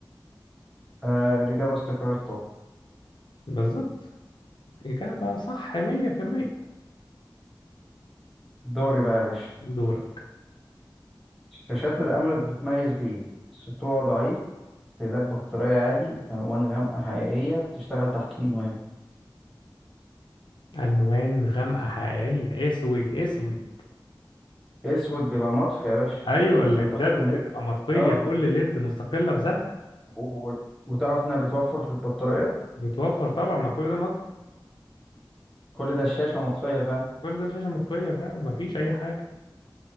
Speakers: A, in the centre; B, on the left.
A: آه الإجابة استقرار الطاقة
B: بالظبط إجابة صح 100%
A: دوري بقى يا باشا
B: دورك
A: شاشات الأمر بتتميز بإيه؟ سطوع ضعيف استهلاك بطارية عالي ألوان غامقة حقيقية بتشتغل تحت الماية
B: ألوان غامقة حقيقية أسود أسود
A: أسود بيبقى مطفي يا باشا
B: ايوه الليدات
A: أنت بتاخد
B: بتبقى
A: الليد
B: مطفيه
A: آه
B: كل ليد مستقله بذاتها
A: و... وتعرف إنها بتوفر في البطارية
B: بتوفر طبعا ما كل ده مطفي
A: كل ده الشاشة مطفية فاهم
B: كل ده شاشة مطفية فعلا ما فيش أي حاجة